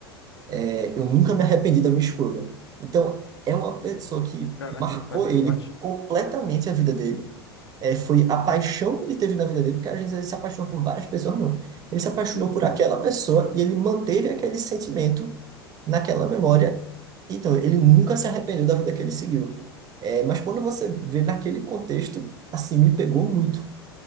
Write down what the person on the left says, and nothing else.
caraca,
frase forte.
Sim,